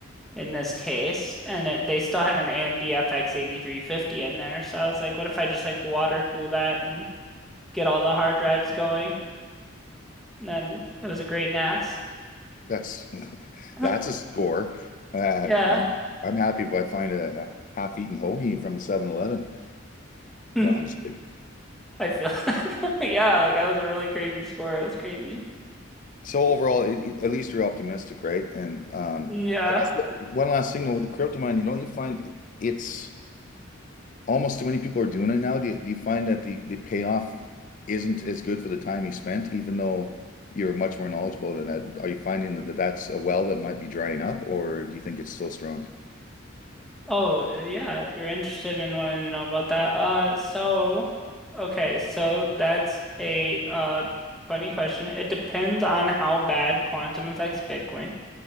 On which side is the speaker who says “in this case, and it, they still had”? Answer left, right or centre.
Centre